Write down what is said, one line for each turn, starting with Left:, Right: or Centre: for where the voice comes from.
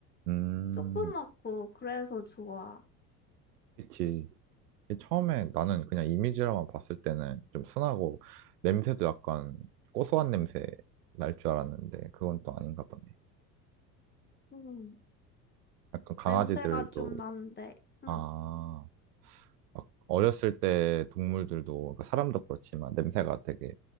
Right: 음,
Left: 조그맣고 그래서 좋아.
Right: 그치. 처음에 나는 그냥 이미지로만 봤을 때는 좀 순하고 냄새도 약간 고소한 냄새 날 줄 알았는데 그건 또 아닌가 보네.
Left: 음,
Right: 약간 강아지들도,
Left: 냄새가 좀 난데. 응,
Right: 아, 막 어렸을 때 동물들도 그러니까 사람도 그렇지만 냄새가 되게